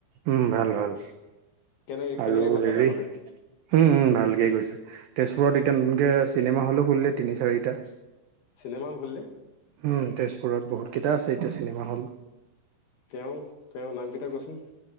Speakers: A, on the right; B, on the left.
A: উম ভাল ভাল
B: কেনেকে কেনেকে
A: আৰু
B: কটালা
A: হেৰি
B: মানে?
A: উম উ ভালকে গৈছে তেজপুৰত এতিয়া নতুনকে চিনেমা হলো খুলিলে তিনি চাৰিটা
B: চিনেমা হল খুলি
A: উম তেজপুৰত বহুত কেইটা আছে এতিয়া চিনেমা হল
B: তেওঁ তেওঁৰ নামকেইটা কোৱাচোন